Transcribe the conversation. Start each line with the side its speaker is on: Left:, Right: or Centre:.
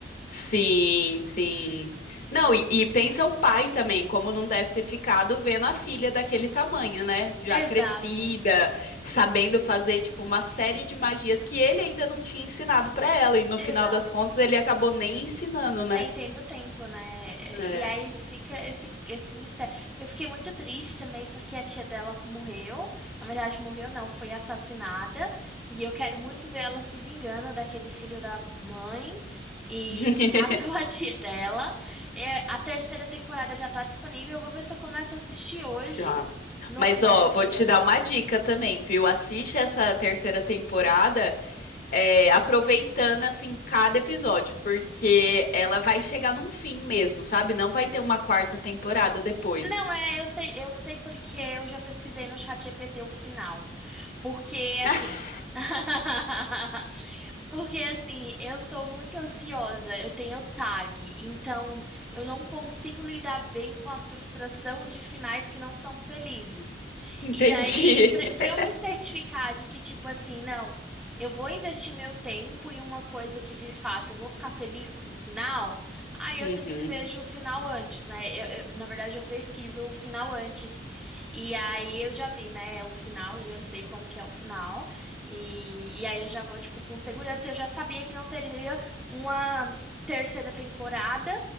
Left: Sim, sim. Não, e, e pensa o pai também, como não deve ter ficado vendo a filha daquele tamanho, né? Já
Centre: Exato,
Left: crescida, sabendo fazer, tipo, uma série de magias que ele ainda não tinha ensinado pra ela, e no
Centre: exato.
Left: final das contas ele acabou nem ensinando, né?
Centre: Nem tendo tempo, né?
Left: É.
Centre: E aí fica esse, esse mistério. Eu fiquei muito triste também porque a tia dela morreu. Na verdade, morreu não, foi assassinada. E eu quero muito ver ela se vingando daquele filho da mãe e
Left: <laughs>
Centre: que <laughs> matou a tia dela. É, a terceira temporada já tá disponível. Eu vou ver se eu começo a assistir hoje,
Left: Já.
Centre: no
Left: Mas,
Centre: final
Left: ó,
Centre: do
Left: vou
Centre: dia.
Left: te dar uma dica também, viu? Assiste essa terceira temporada. é, aproveitando assim cada episódio, porque ela vai chegar num fim mesmo, sabe? Não vai ter uma quarta temporada depois.
Centre: Não, é, eu sei, eu sei porque eu já pesquisei no chat ChatGPT o final. Porque assim.
Left: Ah,
Centre: <laughs> Porque assim, eu sou muito ansiosa, eu tenho TAG, então eu não consigo lidar bem com a frustração de finais que não são felizes.
Left: entendi.
Centre: E daí,
Left: <laughs>
Centre: para eu me certificar de que, tipo assim, não, eu vou investir meu tempo em uma coisa que de fato eu vou ficar feliz com o final, aí eu
Left: Uhum,
Centre: sempre vejo o final antes, né? Eu- eu- na verdade, eu pesquiso o final antes e aí eu já vi, né, o final, já eu sei como que é o final. E, e aí eu já vou, tipo, com segurança. Eu já sabia que não teria uma terceira temporada,